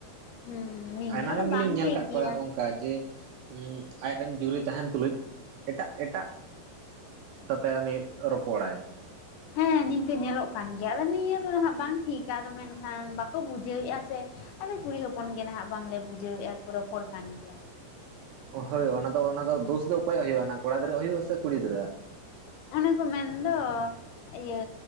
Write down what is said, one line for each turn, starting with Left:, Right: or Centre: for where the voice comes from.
Left: ᱦᱩᱸ ᱱᱤᱭᱟᱹ
Right: ᱟᱭᱢᱟ ᱜᱟᱱ
Left: ᱫᱚ
Right: ᱜᱮᱞᱤᱧ
Left: ᱵᱟᱝ
Right: ᱧᱮᱞ
Left: ᱴᱷᱤᱠ
Right: ᱟᱠᱟᱜ
Left: ᱜᱮᱭᱟ
Right: ᱠᱚᱣᱟ ᱚᱱᱠᱟ ᱡᱮ ᱩᱢ ᱟᱡᱨᱮᱱ ᱡᱩᱨᱤ ᱛᱟᱦᱮᱱ ᱛᱩᱞᱩᱡ ᱮᱴᱟᱜ ᱮᱴᱟᱜ ᱥᱟᱛᱮ ᱩᱱᱤ ᱨᱚᱯᱚᱲ ᱭᱟ᱾
Left: ᱦᱮᱸ ᱱᱤᱝᱠᱟᱹ ᱧᱮᱞᱚᱜ ᱠᱟᱱ ᱜᱮᱭᱟ ᱟᱫᱚ ᱱᱤᱭᱟᱹ ᱫᱚ ᱦᱟᱜ ᱵᱟᱝ ᱴᱷᱤᱠᱟ ᱟᱫᱚ ᱢᱮᱱᱠᱷᱟᱱ ᱵᱟᱠᱚ ᱵᱩᱡᱷᱟᱹᱣᱮᱼᱟ ᱥᱮ ᱟᱞᱮ ᱠᱩᱲᱤ ᱦᱚᱯᱚᱱ ᱜᱮ ᱱᱟᱦᱟᱜ ᱵᱟᱝᱞᱮ ᱵᱩᱡᱷᱟᱹᱣᱮᱼᱟ ᱠᱚ ᱨᱚᱯᱚᱲ ᱠᱟᱱ ᱜᱮᱭᱟ
Right: ᱦᱳᱭ ᱚᱱᱟ ᱫᱚ ᱚᱱᱟ ᱫᱚ ᱫᱳᱥ ᱫᱚ ᱚᱠᱚᱭᱭᱟᱜ ᱦᱩᱭᱩᱜᱼᱟ ᱚᱱᱟ ᱠᱚᱲᱟ ᱜᱤᱫᱽᱨᱟᱹᱣᱟᱜ ᱦᱩᱭᱩᱜᱼᱟ ᱥᱮ ᱠᱩᱲᱤ ᱜᱤᱫᱽᱨᱟᱹᱣᱟᱜ
Left: ᱚᱱᱮᱠᱚ ᱢᱮᱱᱫᱚ ᱤᱭᱟᱹ